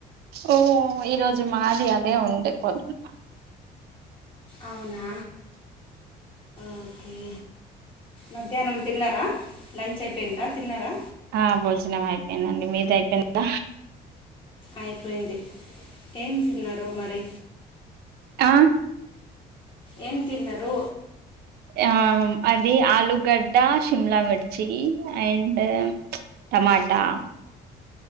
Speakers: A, on the right; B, on the left.
A: ఓ ఈరోజు మాది అదే ఉండే పొద్దు
B: అవునా ఓకే మధ్యాహ్నం తిన్నారా లంచ్ అయిపోయిందా తిన్నారా
A: ఆ భోజనం అయిపోయిందండి మీద అయిపోయింద
B: అయిపోయింది ఏం తిన్నారు మరి
A: ఆ
B: ఏం తిన్నరు
A: ఆ అది ఆలూగడ్డ శిమలా మిర్చి అండ్ టమాటా